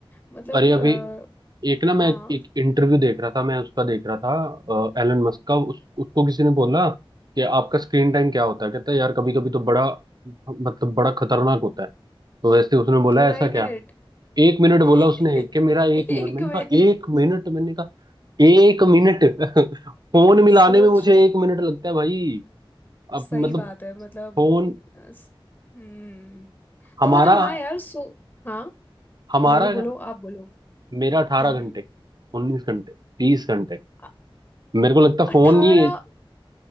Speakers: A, on the left; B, on the right.
A: मतलब
B: अरे अभी
A: अ,
B: एक ना मैं
A: हाँ हाँ।
B: एक इंटरव्यू देख रहा था मैं उसका देख रहा था एलन मस्क का उस, उसको किसी ने बोला कि आपका स्क्रीन टाइम क्या होता है कहता है यार कभी कभी तो बड़ा मतलब बड़ा खतरनाक होता है तो वैसे उसने बोला
A: दो
B: ऐसा
A: ढाई
B: क्या
A: मिनट
B: एक मिनट बोला
A: <laughs>
B: उसने कि मेरा एक
A: एक
B: मिनट मैंने
A: मिनट
B: कहा एक मिनट मैंने कहा एक मिनट <laughs> फोन मिलाने
A: सोच
B: में मुझे एक मिनट लगता है भाई अब
A: सही
B: मतलब
A: बात है मतलब
B: फोन
A: अ, स- हम्म
B: हमारा
A: तो मतलब हाँ यार सो हाँ
B: हमारा
A: बोलो बोलो आप बोलो
B: मेरा अठारह
A: हम्म
B: घंटे उन्नीस घंटे बीस घंटे
A: अ-
B: मेरे को लगता है
A: अठारह
B: फोन ही